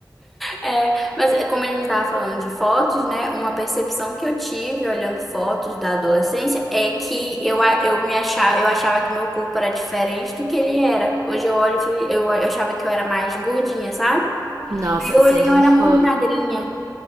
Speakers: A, in the centre; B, on the right (about 40°).
A: É, mas é, como a gente estava falando de fotos, né? Uma percepção que eu tive olhando fotos da adolescência é que eu, a- eu me achava, eu achava que meu corpo era diferente do que ele era. Hoje eu olho, e fui- eu, eu achava que eu era mais gordinha, sabe?
B: Nossa,
A: Aí eu
B: se
A: olhei,
B: a gente
A: eu era muito
B: for
A: magrinha.